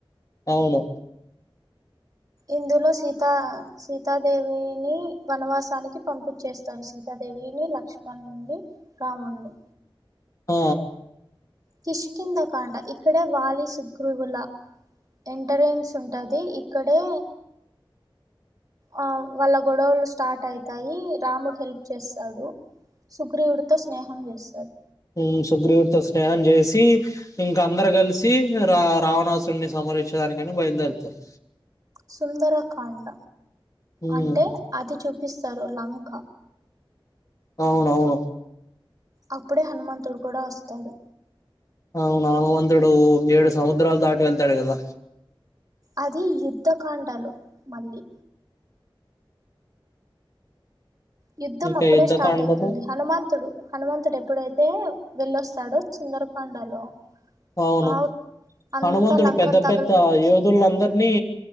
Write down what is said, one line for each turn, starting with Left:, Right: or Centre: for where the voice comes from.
Left: అవును
Right: ఇందులో సీత సీతాదేవిని వనవాసానికి పంపించేస్తారు సీతాదేవిని లక్ష్మణున్ని రామున్ని
Left: ఆ
Right: కిష్కిందకాండ ఇక్కడ వాలి సుగ్రీవుల ఎంటరెన్స్ ఉంటది ఇక్కడే ఆ వాళ్ళ గొడవలు స్టార్ట్ అవుతాయి రాముడు హెల్ప్ చేస్తాడు సుగ్రీవుడితో స్నేహం చేస్తాడు
Left: ఊ సుగ్రీవుడ్తో స్నేహం చేసి ఇంక అందరు కలిసి రా రావణాసుడిని సమరించడానికానీ బైల్దేర్తారు
Right: సుందరకాండ
Left: ఉమ్,
Right: అంటే అది చూపిస్తారు లంక
Left: అవునవును
Right: అప్పుడే హనుమంతుడు కూడా వస్తాడు
Left: అవునవును హన్మంతుడు ఏడు సముద్రాల్దాటి వెళ్తాడు కదా
Right: అది యుద్ధకాండలో మళ్ళీ యుద్ధం
Left: ఇంకా
Right: అప్పుడే
Left: యుద్ధకాండలు
Right: స్టార్ట్ అవుతుంది హనుమంతుడు హనుమంతుడు ఎప్పుడైతే వెళ్ళొస్తాడో సుందరకాండలో
Left: అవును
Right: ఆ అంతా
Left: హనుమంతుడు
Right: లంకను
Left: పెద్ద
Right: తగలు
Left: పెద్ద
Right: పెట్టేసి
Left: యోధులందర్నీ